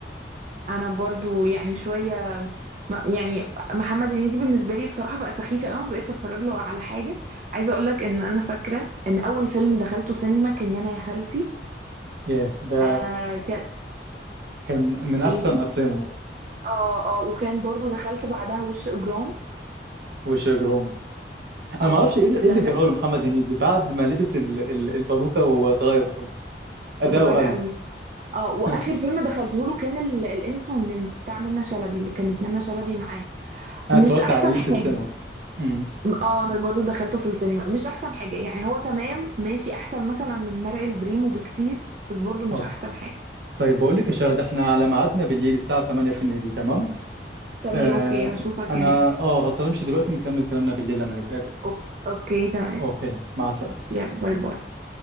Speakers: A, on the right; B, on the right.
A: انا برضو يعني شويه م- يعني محمد هنيدي بالنسبه لي بصراحه بقى سخيف قوي ما بقتش اتفرج له على حاجه عايزه اقول لك ان انا فاكره ان اول فيلم دخلته سينما كان يانا يا خالتي
B: ياه ده
A: آه كان
B: كان من أحسن
A: ايه
B: أفلامه
A: اه اه وكان برضو دخلت بعدها وش اجرام
B: وش إجرام أنا
A: اه
B: ما أعرفش إيه اللي إيه
A: دخل
B: اللي جراه لمحمد هنيدي بعد ما لبس ال- ال- الباروكة وهو اتغير خالص أداؤه
A: اتغير
B: قل
A: قوي اه واخر
B: <laughs>
A: فيلم دخلته له كان ال- الانس والنمس بتاع منة شلبي اللي كانت منة شلبي معاه
B: أنا
A: مش
B: اتفرجت
A: احسن
B: عليه
A: حاجه
B: في السينما امم
A: م- اه انا برضو دخلته في السينما مش احسن حاجة يعني هو تمام ماشي احسن مثلا من مرعي البريمو بكتير بس برضو مش
B: أه
A: احسن حاجة
B: طيب بقول لك يا شهد إحنا على ميعادنا بالليل الساعة 8 في النادي تمام
A: تمام
B: آه
A: اوكي هشوفك
B: أنا
A: هناك
B: أه هضطر أمشي دلوقتي نكمل كلامنا بالليل لما نتقابل
A: أوك- اوكي تمام
B: أوكي مع السلامة
A: يلا باي باي